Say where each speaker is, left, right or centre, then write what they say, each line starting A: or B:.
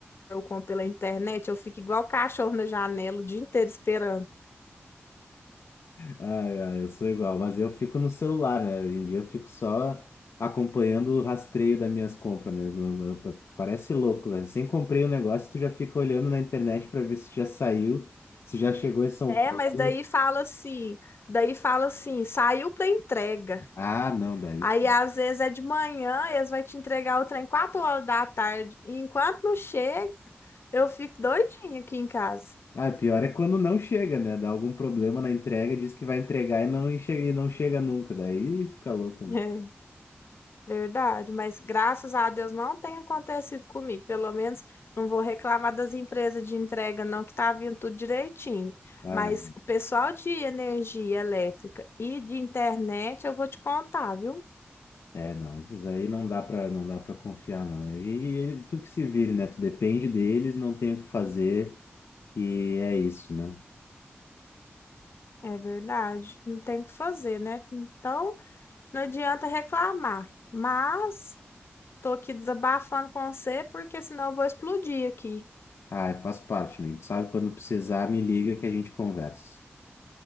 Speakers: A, on the left; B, on the left.
A: eu compro pela internet, eu fico igual cachorro na janela o dia inteiro esperando.
B: Ai, ai, eu sou igual, mas eu fico no celular, né? Hoje em dia eu fico só acompanhando o rastreio das minhas compras, né? No- eu- eu- Parece louco, né? Sem comprei o negócio, tu já fica olhando na internet para ver se já saiu, se já chegou em São
A: É,
B: Paulo.
A: mas daí fala assim, daí fala assim, saiu pra entrega.
B: Ah, não, daí.
A: Aí
B: sim.
A: às vezes é de manhã, eles vão te entregar o trem 4 horas da tarde. E enquanto não chega, eu fico doidinha aqui em casa.
B: Ah, pior é quando não chega, né? Dá algum problema na entrega, diz que vai entregar e não, enche- e não chega nunca, daí fica louco, né?
A: <laughs> Verdade, mas graças a Deus não tem acontecido comigo. Pelo menos não vou reclamar das empresas de entrega, não, que tá vindo tudo direitinho.
B: Ah,
A: Mas o pessoal de energia elétrica e de internet, eu vou te contar, viu?
B: É, não, esses aí não dá pra não dá para confiar não. E, e ele- tu que se vire, né? Tu depende deles, não tem o que fazer e é isso, né?
A: É verdade, não tem o que fazer, né? Então, não adianta reclamar. Mas tô aqui desabafando com você, porque senão eu vou explodir aqui.
B: Ah, faz parte, amigo. Tu sabe quando precisar, me liga que a gente conversa.